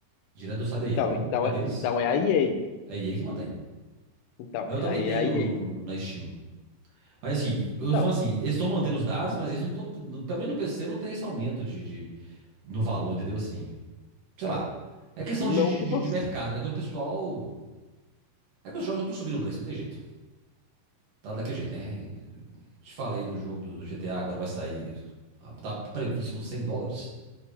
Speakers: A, on the right; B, on the left.
A: Direto do site
B: Então,
A: da EA, entendeu?
B: então,
A: Que é
B: é-
A: deles,
B: então é a EA.
A: é a EA que mantém.
B: Então,
A: Mas eu também
B: aí
A: tenho
B: é a
A: no,
B: EA.
A: no- no- na Steam. Mas assim, eu
B: Então,
A: tô falando assim, eles estão mantendo os dados, mas eles não estão. Também no PC não tem esse aumento de, de- no valor, entendeu? Assim, sei lá. É questão
B: não
A: de, de,
B: que
A: de-
B: você.
A: de mercado, né? Que o pessoal É que os jogos não estão subindo o preço, não tem jeito. Tá daquele jeito, né? Te falei do jogo do GTA, agora vai sair. ah, Tá previsto uns 100 dólares.